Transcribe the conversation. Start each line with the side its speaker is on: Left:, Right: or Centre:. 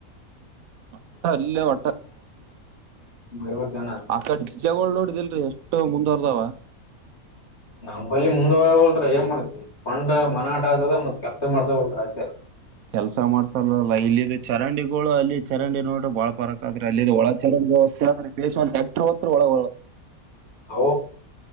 Right: ಒಟ್ಟ ಅಲ್ಲೇ ಒಟ್ಟ
Left: ಐವತ್ ಜನ
Right: ಆಕಡೆ ಜಿಲ್ಲೆಗಳಗಳು ನೋಡಿದಲ್ರಿ ಎಷ್ಟೋ ಮುಂದ ದಾವ
Left: ನಮ್ಮ್ ಬಳ ಮುಂದ ಹೋಗವಲ್ರ ಏನ್ ಮಾಡ್ತವಿ ಫೊಂಡ್ ಮನ ಆಟ ಆದ ಮತ್ ಹೊಸ ಮಾಡ್ತಾ ಹೊಲ್ಟ್ರ ಅಷ್ಟೆ
Right: ಕೆಲ್ಸ ಮಾಡಸಲ್ಲಲ್ಲ ಇಲ್ಲಿ ಚರಂಡಿಗಳು ಅಲ್ಲಿ ಚರಂಡಿ ನೋಡ್ರೆ ಬಾಳ್ ಪರಕ್ ಆದ್ರೆ ಅಲ್ಲಿ ಒಳ ಚಲ ವ್ಯವಸ್ಥೆರೆ ಬೇ ಟ್ಯಾಕ್ಟ್ರರ್ ಹರು ಒಳಗ
Left: ಹ